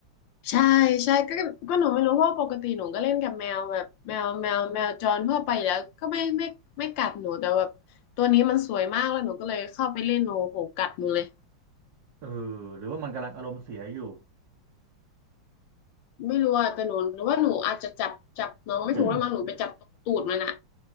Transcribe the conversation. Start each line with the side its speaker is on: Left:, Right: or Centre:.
Left: ใช่ใช่ก็ก็หนูไม่รู้เพราะว่าปกติหนูก็เล่นกับแมวแบบแมวแมวแมวจรทั่วไปอยู่แล้วก็ไม่ไม่ไม่กัดหนูแต่แบบตัวนี้มันสวยมากแล้วหนูก็เลยเข้าไปเล่นหนูโหกัดหนูเลย
Right: เออหรือว่ามันกำลังอารมณ์เสียอยู่
Left: ไม่รู้อ่ะแต่หนูหนูว่าหนูอาจจะจับจับน้องไม่ถูกแล้วมั้งหนูไปจับตูดมันอ่ะ
Right: <laughs>